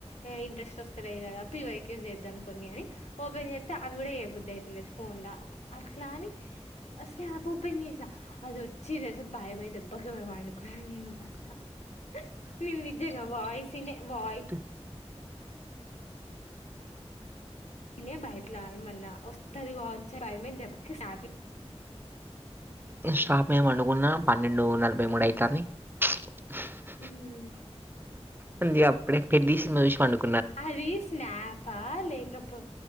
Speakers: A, on the left; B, on the right.
A: ఏ ఇంట్రెస్ట్ వస్తలే కదా పివై క్యూ చేద్దాం కొన్ని అని ఓపెన్ చేత్తే అవి కూడా ఏ బుద్ధి అయితలేదు ఫోన్లవ్ అట్లా అని అస్లే ఆయాప్ ఓపెన్ చేసా అది వచ్చి నస భయమై దెబ్బకి పోయి పాన్డు కాని నీవల్ల ప్చ్ హ్ నేను నిజంగా వాయిస్ వినే వాయి
B: తిన్
A: నేనే బైయిట్లా ఏమన్నా వస్తది కావచ్చు అని భయమైంది దెబ్బకి సాపి
B: స్టాప్ మేము వండుకున్న పన్నెండు నలభై మూడు అయితంది. ప్చ్
A: ఉమ్మ్
B: పంది అప్పుడే పెద్ది సినిమా చూసి పండుక్
A: ఆ రీస్ స్నాబ్ బా లేకపో